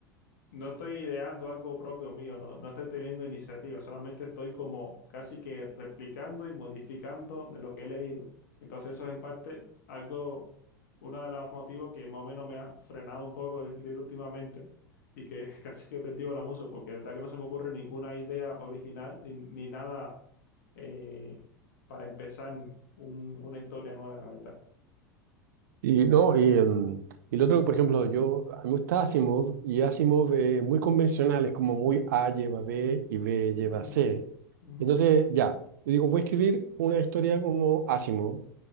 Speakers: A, on the left; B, on the right.
A: no estoy ideando algo propio mío, no, no estoy teniendo iniciativa, solamente estoy como casi que replicando y modificando de lo que he leído. Entonces eso es en parte algo, uno de los motivos que más o menos me ha frenado un poco de escribir últimamente y que <laughs> casi que he perdido la musa, porque de verdad que no se me ocurre ninguna idea original ni, ni nada eh, para empezar un- una historia nueva, la verdad.
B: Y no, y, em, y lo otro, por ejemplo, yo, a mí me gusta Asimov y Asimov eh, muy convencionales, como muy A lleva B y B lleva
A: Ujú,
B: C.
A: ujú,
B: Entonces, ya, yo digo, voy a escribir una historia como Asimov